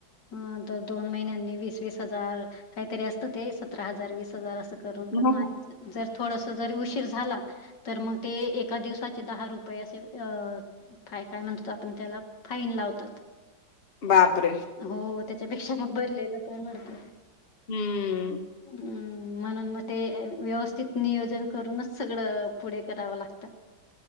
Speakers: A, on the left; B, on the left.
A: ह तर दोन महिन्यांनी वीस वीस हजार काहीतरी असतं ते सतरा हजार, वीस हजार असं करून
B: हां,
A: करून
B: हां.
A: आणि जर थोडस जरी उशीर झाला, तर मग ते एका दिवसाचे दहा रुपये असे अ फाय काय म्हणतो आपण त्याला फाईन लावतात.
B: बापरे!
A: हो त्याच्यापेक्षा मग भरलेल परवडत
B: हं.
A: हम्म म्हणून मग ते व्यवस्थित नियोजन करूनच सगळं पुढे करावं लागत.